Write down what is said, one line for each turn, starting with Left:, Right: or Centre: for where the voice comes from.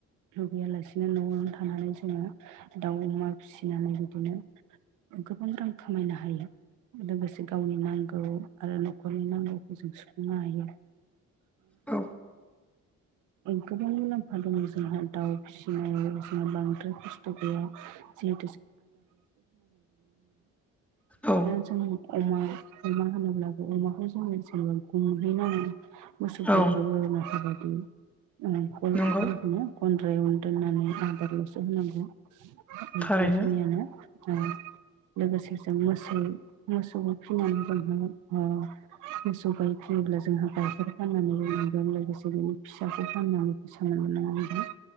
Right: लुबैयालासिनो न'आवनो थानानै जोङो दाउ-अमा फिसिनानै बिदिनो गोबां रां खामायनो हायो लोगोसे गावनि नांगौ आरो न'खरनि नांगौखौ जों सुफुंनो हायो
Centre: औ
Right: गोबां मुलाम्फा दङ जोंहा दाउ फिसिनायाव जोंहा बांद्राय <unintelligible> बिदिनो
Centre: औ
Right: जोंङो अमा अमा होनोब्लाबो अमाखौ जोङो जेनेबा <unintelligible>
Centre: औ
Right: <unintelligible> <unintelligible>
Centre: नंगौ
Right: गन्द्रायावनो दोननानै आदार लसो होनांगौ। <inaudible> <unintelligible>
Centre: थारैनो
Right: बेखिनियानो। ओ लोगोसे जों मोसौ मोसौ फिनानै जोंहा ओ मोसौ गाय फियोब्ला जोंहा गाइखेर फाननानै लोंनांगोन लोगोसे बिनि फिसाखौ फाननानै <unintelligible>